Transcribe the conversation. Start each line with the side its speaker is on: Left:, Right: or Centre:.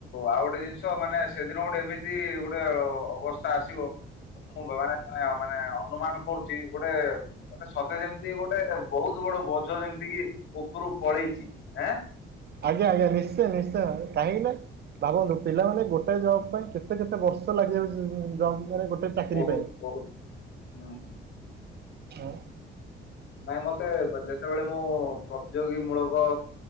Left: ଆଉଗୋଟେ ଜିନିଷ ମାନେ ସେଦିନ ଗୋଟେ ଏମିତି ଗୋଟେ ଅବସ କା ଆସିବ ମୁଁ <unintelligible> ମାନେ ଅନୁମାନ କରୁଚି। ଗୋଟେ ମାନେ ସତେଯେମିତି ଗୋଟେ ବହୁତ ବଡବୋଝ ଯେମିତିକି ଉପରୁ ପଳେଇଛି। ଜି ଆଁ।
Right: ଆଜ୍ଞା ଆଜ୍ଞା ନିଶ୍ଚିୟ ନିଶ୍ଚିୟ କାହିଁକିନା ଭାବନ୍ତୁ ପିଲାମାନେ ଗୋଟେ ଗୋଟେ ଜବପାଇଁ କେତେ କେତେ ବର୍ଷ ଲାଗିଯାଉଛି ଜବରେ ଗୋଟେ? ଚାକିରି
Left: ବହୁତ
Right: ପାଇଁ।
Left: ବହୁତ ହୁଁ ହୁଁ
Right: ଆଉ।
Left: ନାଇଁ ମତେ ବଟ ଯେତେ ଯେତେବେଳେ ମୁଁ ପ୍ରତିଯୋଗୀ ମୂଳକ